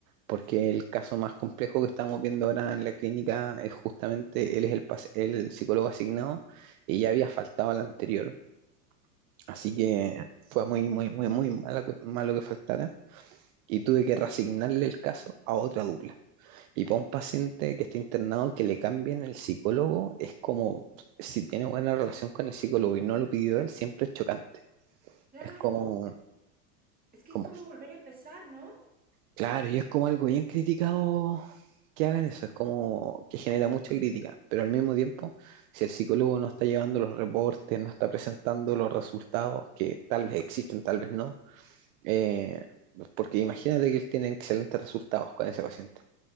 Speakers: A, on the right (about 60°); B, on the right (about 20°).
A: porque el caso más complejo que estamos viendo ahora en la clínica es justamente, él es el, pas- el psicólogo asignado y ya había faltado al anterior. Así que fue muy, muy, muy, muy malo que, malo que faltara y tuve que reasignarle el caso a otra dupla. Y para un paciente que está internado, que le cambien el psicólogo, es como si tiene buena relación con el psicólogo y no lo pidió él, siempre es chocante.
B: Claro,
A: Es como,
B: es que
A: como,
B: es como volver a empezar, ¿no?
A: claro, y es como algo bien criticado que hagan eso, es como que genera mucha crítica, pero al mismo tiempo, si el psicólogo no está llevando los reportes, no está presentando los resultados, que tal vez existen, tal vez no, eh, porque imagínate que él tiene excelentes resultados con ese paciente